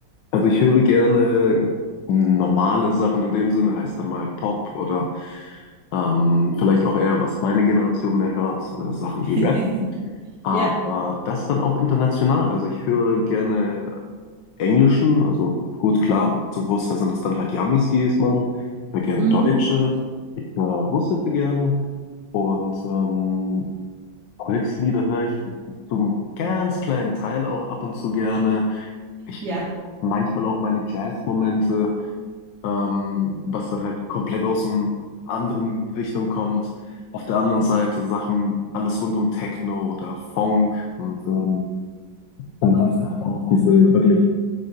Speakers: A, on the left; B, on the right.
A: also ich höre gerne normale Sachen in dem Sinne, heißt dann mal Pop oder ähm, vielleicht auch eher, was meine Generation mehr hört, äh, Sachen
B: <laughs>
A: wie Rap. Aber
B: Ja,
A: das dann auch international. Also ich höre gerne Englischen, also gut, klar, zum Großteil sind das dann halt die Amis, die es machen. Ich höre gerne
B: mhm,
A: Deutsche, ich höre Russische gerne und ähm, Volkslieder höre ich zum ganz kleinen Teil auch ab und zu gerne. Ich
B: ja.
A: manchmal auch meine Jazz-Momente, ähm, was dann halt komplett aus dem anderen Richtung kommt. Auf der anderen Seite Sachen, alles rund um Techno oder Funk und ähm, dann habe ich da halt auch diese wirklich